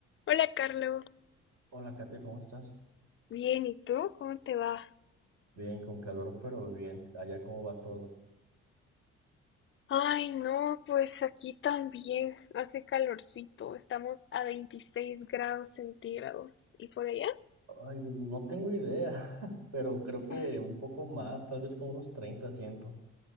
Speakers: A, on the left; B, on the right.
A: Hola, Carlos.
B: Hola, Katia, ¿cómo estás?
A: Bien, ¿y tú? ¿Cómo te va?
B: Bien, con calor, pero bien. Allá, ¿cómo va todo?
A: Ay, no, pues aquí también hace calorcito. Estamos a 26 grados centígrados. ¿Y por allá?
B: Ay, no tengo idea, <laughs> pero creo que
A: Sorry.
B: un poco más, tal vez como unos 30 siento.